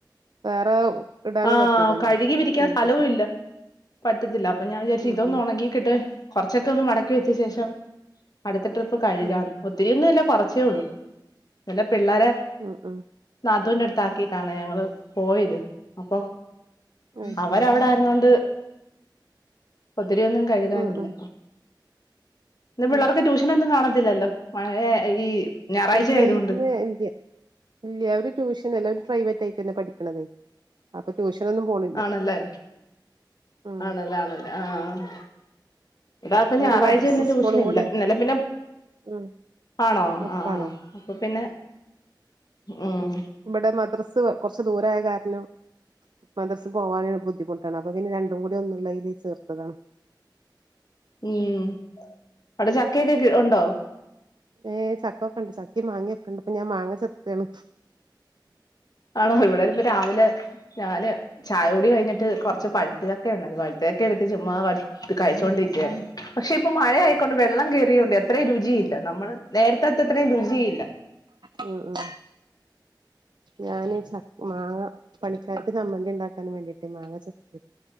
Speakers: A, on the right (about 65°); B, on the left (about 55°).
A: വേറെ ഇടാനും
B: ആഹ്
A: പറ്റൂലല്ലോ
B: കഴുകി വിരിക്കാൻ
A: കഴുകി
B: സ്ഥലവും ഇല്ല പറ്റത്തില്ല അപ്പൊ ഞാൻ വിചാരിച്ചു
A: ഉം
B: ഇതൊന്നൊണക്കി
A: ഉം
B: ക്ക്ട്ട് കൊർച്ചൊക്കൊന്ന് മടക്കി വെച്ച ശേഷം അടുത്ത ട്രിപ്പ് കഴുകാന്ന്
A: ഉം
B: ഒത് ത്തിരിയൊന്നുല്ല കൊറച്ചേ ഉള്ളു എന്റെ പിള്ളാരെ
A: ഉം ഉം
B: നാത്തൂന്റെട്ത്താക്കിട്ടാണ് ഞങ്ങള് പോയത് അപ്പൊ
A: അത് ശരി
B: അവരവടെ ക്ക്ന്നോണ്ട് ഒത്തിരി ഒന്നും കഴുകാനില്ല
A: ഉം ഉം
B: ഇന്ന് പിള്ളാർക്ക്
A: ഉം
B: ട്യൂഷനൊന്നും കാണത്തില്ലല്ലോ മഴ ഈ ഞാറാഴ്ച്ചായതുകൊ
A: ഇല്ല ഇന്ന് ഇല്ല ഇല്ല അവര് ട്യൂഷൻ അല്ല അവര് പ്രൈവറ്റായിട്ടല്ലെ പഠിക്കണത് അപ്പൊ ട്യൂഷനൊന്നും പോണില്ല
B: ആണല്ലേ
A: ഉം
B: ആണല്ലേ ആണല്ലേ ആഹ് ഇടാക്ക് ഞാറാഴ്ച
A: ഒരു മദ്രസ്
B: ഇന്ന് ട്യൂഷന്ല്ല
A: സ്കൂളും കൂടി
B: ഇന്നലെ പിന്നെ
A: ഉം
B: ആണോ
A: ഒപ്പാണേ
B: ആഹ് ആഹ് അപ്പൊ പിന്നെ ഉം
A: ഇവടെ മദ്രസ് കൊർച്ച് ദൂരായ കാരണം മദ്രസ് പോവാന് ബുദ്ധിമുട്ടാണ് അപ്പൊ പിന്നെ രണ്ടും കൂടി ഒന്നുള്ളതില് ചേർത്തതാണ്
B: ഉം അവടെ ചക്കയൊക്കെ കെ ഒണ്ടോ
A: ഏ ചക്ക ഒക്കെണ്ട് ചക്കിം മാങ്ങയൊക്കെ ണ്ട് ഇപ്പൊ ഞാൻ മാങ്ങ ചെത്താണ്
B: ആണോ ഇവടെനിപ്പ രാവിലെ ഞാന് ചായൂടി കഴിഞ്ഞിട്ട് കൊർ ച്ച് പഴുത്ത ചക്ക ആണത് പഴുത്ത ചക്കെട്ത്ത് ചുമ്മാ ത്ത് കഴിച്ചോണ്ടിരിക്കായാര്ന്നു പക്ഷെ ഇപ്പൊ മഴയായിക്കൊണ്ട് വെള്ളം കേറിയൊണ്ടെ അ ത്രയും രുചിയില്ല നമ്മള് നേര്ത്തത്രയും രുചിയില്ല
A: ഉം ഉം ഞാന് ചക്ക് മാങ്ങ പണിക്കാർക്ക് ചമ്മന്തിണ്ടാക്കാൻ വേണ്ടിട്ടെ മാങ്ങ ചെത്ത